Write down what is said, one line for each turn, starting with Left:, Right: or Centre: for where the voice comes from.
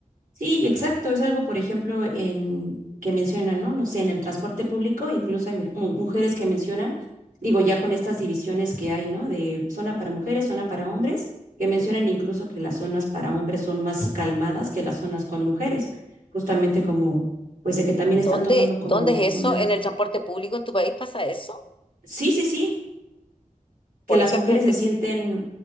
Right: Sí, y exacto. Es algo, por ejemplo, en que mencionan, ¿no? No sé, en el transporte público, incluso hay mu- mu- mujeres que mencionan, digo, ya con estas divisiones que hay, ¿no? De zona para mujeres, zona para hombres, que mencionan incluso que las zonas para hombres son más calmadas que las zonas con mujeres, justamente como, pues de que también
Left: ¿Dónde,
Right: están tomando como
Left: dónde es
Right: una...
Left: eso? ¿En el transporte público en tu país pasa eso?
Right: Sí, sí, sí, que
Left: Por
Right: las
Left: ejemplo,
Right: mujeres
Left: en
Right: se
Left: el-
Right: sienten